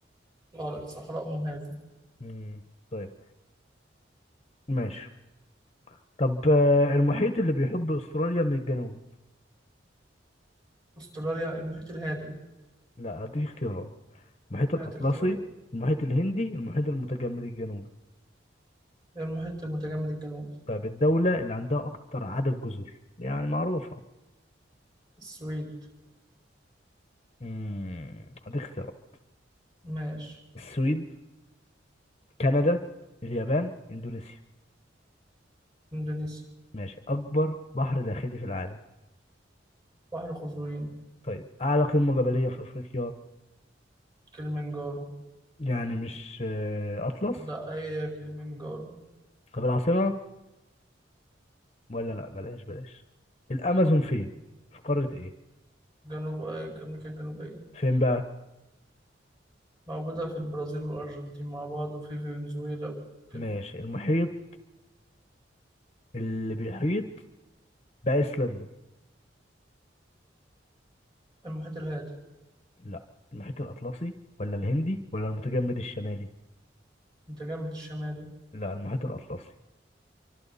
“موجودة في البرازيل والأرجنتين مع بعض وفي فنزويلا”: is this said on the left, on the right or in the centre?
Right